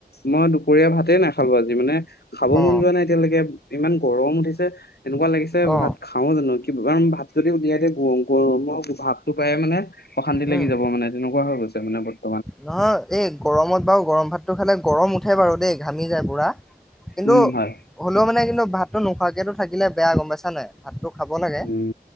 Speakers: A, on the left; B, in the centre.
A: মই দুপৰীয়া ভাতেই নাখালো আজি মানে খাব
B: অ
A: মন যোৱা নাই। এতিয়ালৈকে ইমান গৰম উঠিছে, এনেকুৱা লাগিছে
B: অ
A: ভাত খ খাও জানো কিবা ভাত যদি উলিয়াই দিয়ে গম গৰমৰ ভাৱটো পায়ে মানে অশান্তি লাগি
B: উম
A: যাব মানে তেনেকুৱা হৈ গৈছে মানে ব
B: নহয় এই গৰমত বাৰু গৰম ভাতটো খালে গৰম উঠে বাৰু দেই ঘামি যায় পুৰা। কিন্তু
A: উম, হয়।
B: হ'লেও মানে কিন্তু ভাতটো নোখোৱাকেতো থাকিলে বেয়া গম পাইছা নাই। ভাতটো খাব লাগে
A: উম,